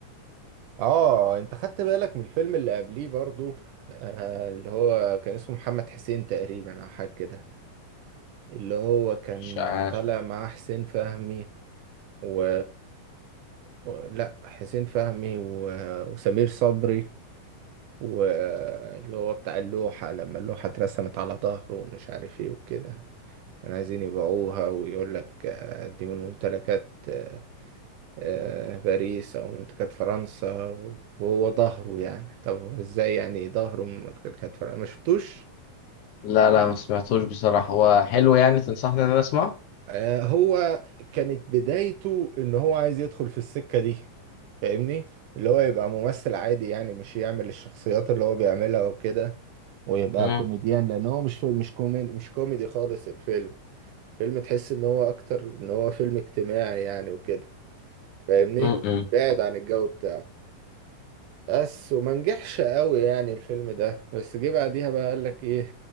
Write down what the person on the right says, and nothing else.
اه انت خدت بالك من الفيلم اللي قبليه برضو آه اللي هو كان اسمه محمد حسين تقريبا او حاجة كده اللي هو كان
طالع مع حسين فهمي و... و... لا حسين فهمي و... وسمير صبري واللي هو بتاع اللوحة لما اللوحة اترسمت على ظهره ومش عارف ايه وكده كانوا عايزين يبيعوها ويقول لك آه، دي من ممتلكات آه، آه، باريس أو ممتلكات فرنسا وهو ظهره يعني طب هو ازاي يعني ظهره من ممتلكات فرنسا ما شفتوش
آه، هو كانت بدايته ان هو عايز يدخل في السكة دي فاهمني اللي هو يبقى ممثل عادي يعني مش يعمل الشخصيات اللي هو بيعملها وكده ويبقى
كوميديان لان هو مش مش كوميدي مش كوميدي خالص الفيلم فيلم تحس ان هو اكتر ان هو فيلم اجتماعي يعني وكده فاهمني
بعد عن الجو بتاعه بس وما نجحش قوي يعني الفيلم ده بس جه بعديها بقى قال لك ايه